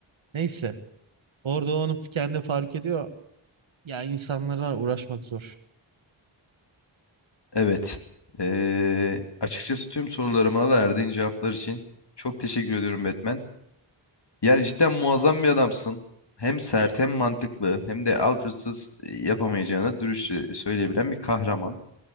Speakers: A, on the right; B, on the left.
A: Neyse. Orada onu kendi fark ediyor. Ya insanlara uğraşmak zor.
B: Evet. Ee, açıkçası tüm sorularıma verdiğin cevaplar için çok teşekkür ediyorum Batman. Yani cidden muazzam bir adamsın. Hem sert hem mantıklı hem de Alfred'sız yapamayacağını dürüstçe söyleyebilen bir kahraman.